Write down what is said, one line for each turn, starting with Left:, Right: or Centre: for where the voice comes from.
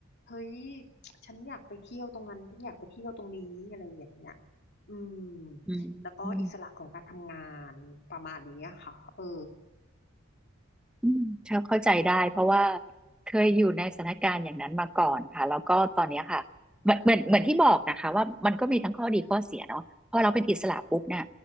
Left: เฮ้ยฉันอยากไปเที่ยวตรงนั้นฉันอยากไปเที่ยวตรงนี้อะไรอย่างเงี้ยอืม
Centre: อื
Left: แล้วก็อิสระของการทำงานประมาณนี้ค่ะเออ
Centre: ม อืมเข้าใจได้เพราะว่าเคยอยู่ในสถานการณ์อย่างนั้นมาก่อนค่ะแล้วก็ตอนเนี้ยค่ะเหมือนเหมือนเหมือนที่บอกนะคะว่ามันก็มีทั้งข้อดีข้อเสียเนาะพอเราเป็นอิสระปุ๊บเนี่ย